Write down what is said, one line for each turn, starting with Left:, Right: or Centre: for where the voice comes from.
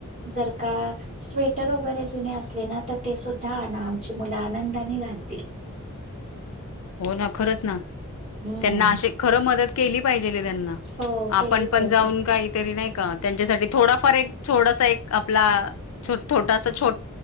Right: जर का स्वेटर वगैरे जुने असले ना तर ते सुद्धा आणा, आमची मुलं आणा द्या मी घालते.
Left: हो ना खरंच ना.
Right: हम्म
Left: त्यांना अशी खरं मदत केली पाहिजेल त्यांना,
Right: हो
Left: आपण
Right: केली
Left: पण
Right: पाहिजे
Left: जाऊन काहीतरी नाही का त्यांच्यासाठी थोडाफार एक थोडासा एक आपला थोटासा छोट